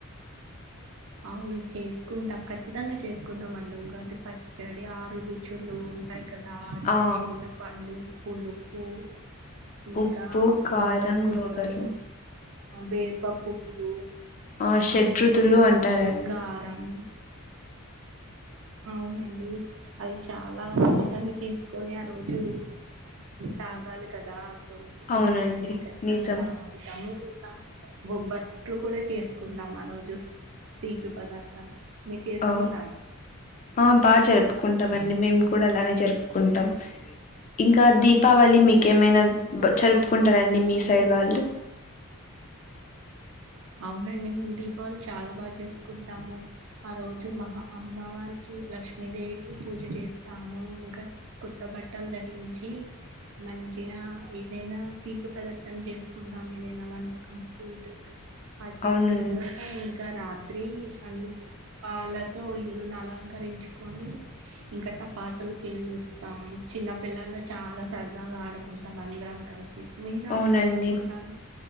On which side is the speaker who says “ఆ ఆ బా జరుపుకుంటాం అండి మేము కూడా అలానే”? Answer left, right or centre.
Left